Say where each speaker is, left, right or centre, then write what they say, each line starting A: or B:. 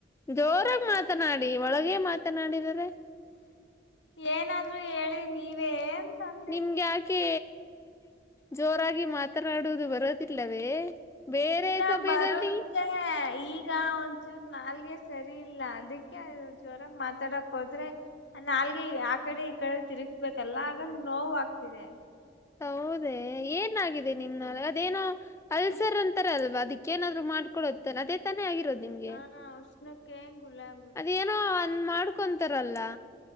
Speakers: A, on the left; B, on the left.
A: ಜೋರಾಗಿ ಮಾತನಾಡಿ ಒಳಗೆ ಮಾತನಾಡಿದರೆ
B: ಏನಾದ್ರೂ ಹೇಳಿ ನೀವೇ ಅಂತಂದೆ
A: ನಿಮ್ಗ ಯಾಕೆ ಜೋರಾಗಿ ಮಾತನಾಡುವುದು ಬರೋದಿಲ್ಲವೇ ಬೇರೆ
B: ಇಲ್ಲ
A: ಸಮಯದಲ್ಲಿ
B: ಬರುತ್ತೆ ಈಗ ಈಗ ಒಂಚೂರ್ ನಾಲ್ಗೆ ಸರಿ ಇಲ್ಲ ಅದಕ್ಕೆ ಜೋರಾಗ ಮಾತಾಡಕ್ ಹೋದ್ರೆ. ನಾಲ್ಗೆ ಆ ಕಡೆ ಈ ಕಡೆ ತಿರ್ಗ್ಬೇಕಲ್ಲ ಆಗ ನೋವು ಆಗ್ತಿದೆ
A: ಹೌದೆ ಏನಾಗಿದೆ ನಿಮ ನಾಲಿಗೆ ಅದೇನೋ ಅಲ್ಸರ್ಂತ
B: ಉಷ್
A: ರ ಅಲ್ವಾ ಅದಕ್ಕೇನಾದರು ಮಾಡ್ಕೊತ್ತ ಅದೇ ತಾನೇ ಆಗಿರೋದು ನಿಮ್ಗೆ
B: ಹಾ ಉಷ್ಣಕ್ಕೆ ಗುಲಾಬ್
A: ಅದೇನೋ ಅ ಮಾಡ್ಕೊಂತಾರಲ್ಲಾ